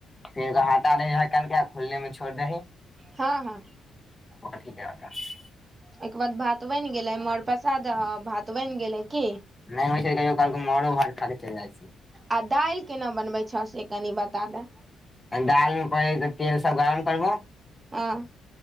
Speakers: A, on the left; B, on the right.
A: फेर हटा दही ढक्कन के आ खुल्ले में छोइर दही,
B: हँ -हँ-
A: <unintelligible>
B: अय के बाद भात बइन गेलै मांड पसा दह भात बइन गेलै की?
A: नइ होइ छै कहियो काल क मांरो भात खाक चइल जाइ छी।
B: आ दाइल केना बनबै छह से कनि बता दैऽ?
A: दाइल मे पैयत तेल सब गरम करबौ,
B: हं-